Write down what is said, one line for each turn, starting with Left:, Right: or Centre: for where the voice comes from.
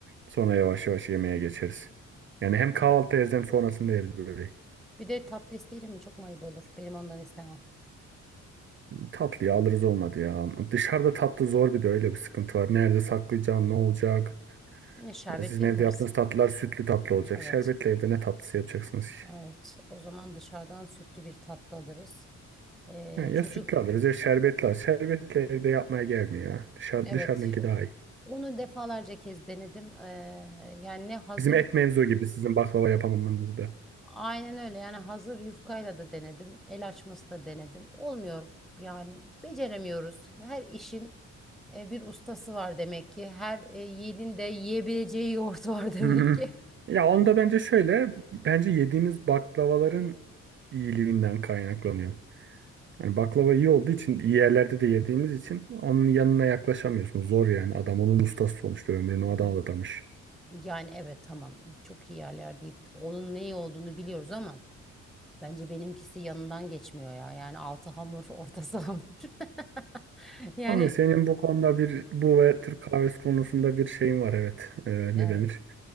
Right: Sonra yavaş yavaş yemeğe geçeriz. Yani hem
Centre: Bu
Right: kahvaltı
Centre: da.
Right: yeriz hem sonrasında yeriz böyle.
Centre: Bir de tatlı isteyelim mi? Çok mayıp olur. Benim ondan istemem.
Right: Tatlıyı alırız olmadı ya. Dışarıda tatlı zor bir de öyle bir sıkıntı var. Nerede saklayacağım, ne olacak?
Centre: Ya şerbetli
Right: Ya sizin evde
Centre: yaparız.
Right: yaptığınız tatlılar sütlü tatlı olacak.
Centre: Evet,
Right: Şerbetli evde ne tatlısı yapacaksınız ki?
Centre: evet. O zaman dışarıdan sütlü bir tatlı alırız. Ee,
Right: Ha, ya
Centre: çocuk
Right: sütlü alırız ya şerbetli alırız. Şerbetli evde yapmaya gelmiyor ya. Dışarı,
Centre: evet
Right: dışarınınki
Centre: o-
Right: daha iyi.
Centre: onu defalarca kez denedim. Ee, yani ne hazır
Right: Bizim et mevzu gibi sizin baklava yapamamanız da.
Centre: aynen öyle yani hazır yufkayla da denedim. El açması da denedim. Olmuyor yani beceremiyoruz. Her işin e, bir ustası var demek ki. Her e, yiğidin de yiyebileceği yoğurt var <laughs> demek
Right: Hı.
Centre: ki.
Right: Ya onda bence şöyle. Bence yediğimiz baklavaların iyiliğinden kaynaklanıyor. Hani baklava iyi olduğu için iyi yerlerde de yediğimiz için onun yanına yaklaşamıyorsun. Zor yani. Adam onun ustası sonuçta ömrünü
Centre: Yi-
Right: ona adamış.
Centre: Yani evet tamam çok iyi yerler deyip onun ne iyi olduğunu biliyoruz ama bence benimkisi yanından geçmiyor ya. Yani altı hamur ortası hamur. <laughs> Yani
Right: Ama senin bu konuda bir bu ve Türk kahvesi konusunda bir şeyin var evet. Ee, ne
Centre: Evet,
Right: denir?